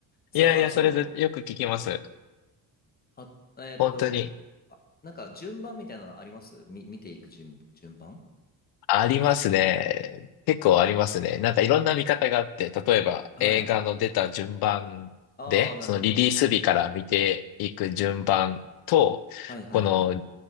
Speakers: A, on the left; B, on the left.
A: そう、
B: いやいや、
A: ああ、そう。
B: それでよく聞きます。
A: あ、えーっと、
B: 本当に
A: あ、なんか順番みたいなのありますみ、見ていく順、順番
B: ありますね。結構ありますね。なんかいろんな見方があって、例えば映画の出た順番で、
A: はい。ああ、なるほど。
B: そのリリース日から見ていく順番と、
A: はいはいはい。
B: この